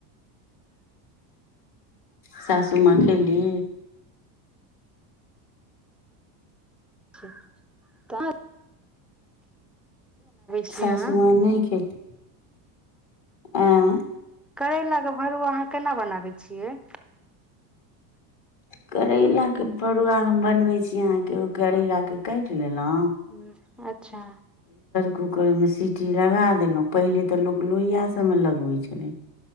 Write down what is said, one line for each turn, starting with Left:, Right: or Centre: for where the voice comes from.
Left: सासु मां खेली।
Centre: छै तऽ छियै
Left: सासु
Centre: अहाँ
Left: माँ नै खेली। एं।
Centre: करैला के भरुवा अहाँ केना बनाबै छियै।
Left: करैला के भरुवा हम बनबे छी अहाँके ओ करैला के काटि लेल ना
Centre: हूँ अच्छा।
Left: कूकर मे सीटी लगा देलहुँ पहिले तऽ लोक लोहिया सभमे लगबै छलै